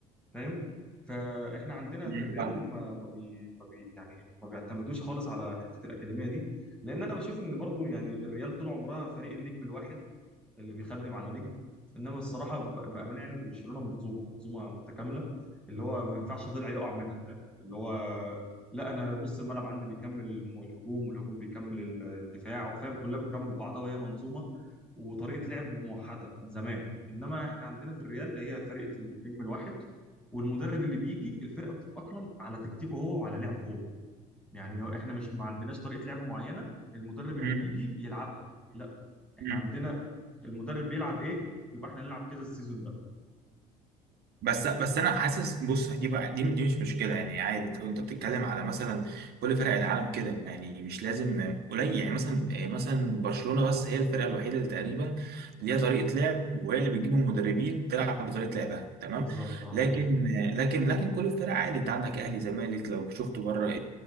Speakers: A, in the centre; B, on the right (about 60°).
A: فاهم فاحنا عندنا
B: امم
A: في الريال
B: فاهم
A: ما ما بي ما بي يعني ما بيعتمدوش خالص على حته الاكاديميه دي لان انا بشوف ان برضو يعني الريال طول عمرها فريق النجم الواحد اللي بيخدم على نجم انما الصراحه ب- بامانه يعني برشلونه منظومه منظومه متكامله اللي هو ما ينفعش ضلع يقع منها فاهم اللي هو لا انا نص الملعب عندي بيكمل الم- الهجوم والهجوم بيكمل الدفاع فاهم كلها بتكمل بعضها وهي منظومه وطريقه لعب موحده من زمان انما احنا عندنا في الريال هي فرقه النجم الواحد والمدرب اللي بيجي الفرقه بتتاقلم على تكتيكه هو وعلى لعبه هو يعني هو احنا مش ما عندناش طريقه لعب معينه المدرب اللي
B: امم
A: بيجي يلعبها لا احنا
B: امم
A: عندنا المدرب بيلعب ايه يبقى احنا نلعب كذا السيزون ده
B: بس بس انا حاسس بص دي بقى دي, دي مش مشكله يعني عادي انت انت بتتكلم على مثلا كل فرق العالم كده يعني مش لازم قليل يعني مثلا آه، مثلا برشلونه بس هي الفرقه الوحيده اللي تقريبا ليها طريقه لعب وهي اللي بتجيب المدربين تلعب بطريقه لعبها تمام
A: بالظبط اه
B: لكن لكن لكن كل الفرق عادي انت عندك اهلي زمالك لو شفت بره